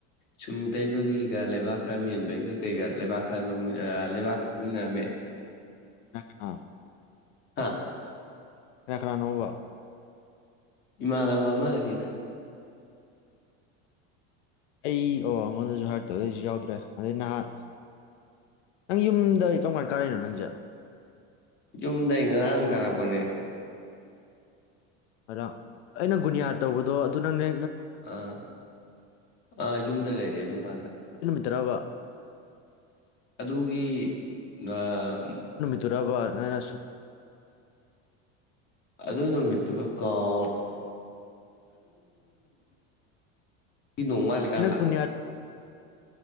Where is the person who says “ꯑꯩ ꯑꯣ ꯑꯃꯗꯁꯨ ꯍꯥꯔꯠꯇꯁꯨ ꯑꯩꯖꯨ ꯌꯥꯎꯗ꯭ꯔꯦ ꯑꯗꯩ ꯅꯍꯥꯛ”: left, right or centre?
Left